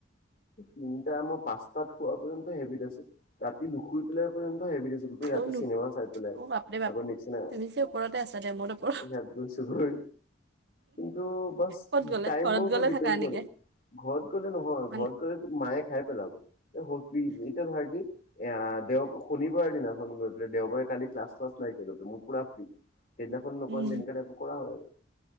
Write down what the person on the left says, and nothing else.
তিনিটা মই পাঁচটাত খোৱা পৰ্যন্ত হেভিত আছে ৰাতি নুশুই পেলাই পৰ্যন্ত হেভিিত আছে। ৰাতি
চিনেমা চাই পেলাই
আকৌ নিকচনা
সহাত গৈ চুবৈ। কিন্তু বা
টাইমৰ
ওপৰত
ডিপেড
কৰে ঘৰত গলে নহয়
ঘ মায়ে খাই পেলাব এইটো ধৰ কি? এ দেও শনিবাৰৰ দিনাখন গৈ পেলাই দেওবাৰে কালি ক্লাছ চ্লাছ নাইকিয়া গ প মোৰ পুৰা ফ্ৰী। সেইদিনাখন নকৰি
তেনেক একোৰ কৰা হয় আৰু।